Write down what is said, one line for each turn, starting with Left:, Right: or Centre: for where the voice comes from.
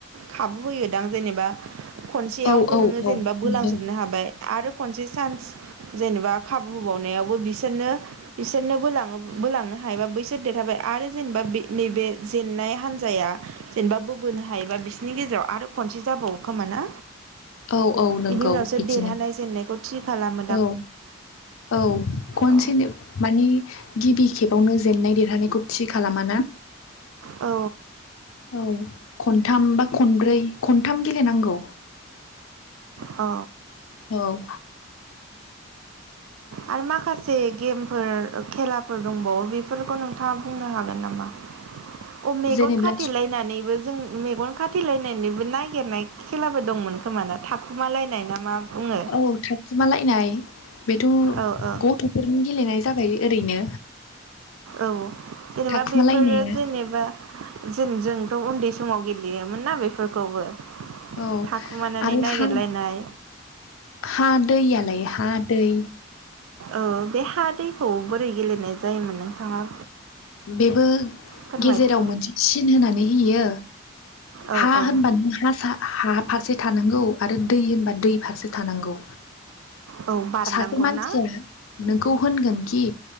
Right: खाबु होयोदां जेनेबा खनसेयावथ'
Left: औ
Right: नोङो
Left: औ
Right: जेनेबा बोलांजोबनो
Left: नंगौ
Right: हाबाय आरो खनसे सान्स जेनेबा खाबु होबावनायावबो बि सोरनो बिसोरनो बोलाङो बोलांनो हायोबा बैसोर देरहाबाय आरो जेनेबा बे नैबे जेननाय हान्जाया जेनेबा बोबोनो हायोबा बिसोरनि गेजेराव आरो खनसे जाबावो खोमा ना?
Left: औ औ नंगौ
Right: बिनि उनावसो
Left: बिदिनो
Right: देरहानाय जेननायखौ थि खालाम।
Left: औ औ खनसेनो
Right: औ
Left: मानि गिबि खेबावनो जेननाय देरहानायखौ थि खालामा ना।
Right: औ
Left: औ खनथाम बा खनब्रै खनथाम गेलेनांगौ।
Right: अ
Left: औ
Right: आरो माखासे गेम फोर खेलाफोर दंबावो बेफोरखौ नोंथाङा बुंनो हागोन नामा? अ मेगन
Left: जेनेब्ला
Right: खाथेलायनानैबो जों मेगन खा फुथिलायनायनिबो नागिरनाय खेलाबो दंमोन खोमाना थाखुमालायनाय ना मा बुङो।
Left: औ थाखुमालायनाय बेथ'
Right: औ औ
Left: गथ'फोरनि गेलेनाय जाबाय ओरैनो
Right: औ जेनेबा
Left: थाखुमालायनाया
Right: बेफोरो जेनेबा जों जोंथ' उन्दै समाव गेलेयोमोन ना बेफोरखौबो
Left: औ
Right: थाखुमानानै
Left: आरो
Right: नागिरलायनाय
Left: हा हा दैयालाय हा दै
Right: ओ बे हा दैखौ बोरै गेलेनाय जायोमोन नोंथाङा।
Left: बेबो
Right: फोरमायदो
Left: गेजेराव मोनसे सिन होनानै होयो।
Right: औ
Left: हा
Right: औ
Left: होनबानो हा सा हा फारसे थानांगौ आरो दै होनबा दै फारसे थानांगौ।
Right: औ बारनांगौ
Left: सासे मानसिया
Right: ना
Left: नोंखौ होनगोनखि